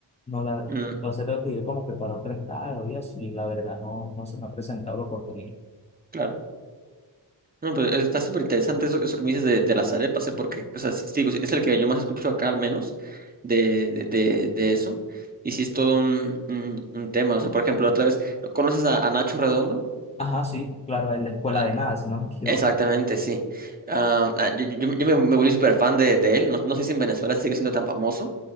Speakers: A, on the left; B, on the right.
A: No la
B: mm,
A: entonces tengo que ir como que para otro estado y así, y la verdad no, no se me ha presentado la oportunidad.
B: Claro. No, pues está súper interesante eso, eso que me dices de, de las arepas, ¿eh? Porque, o sea, sí, sí, digo, sí, es el que yo más escucho acá al menos de, de, de- de eso. Y sí es todo un, un, un tema. O sea, por ejemplo, otra vez, ¿conoces a, a Nacho Redondo?
A: Ajá, sí, claro, es la escuela
B: Ah,
A: de nada, si no me <laughs> equivoco.
B: exactamente, sí. Ah, ah, yo, yo- yo me, me volví súper fan de, de él. No, no sé si en Venezuela sigue siendo tan famoso.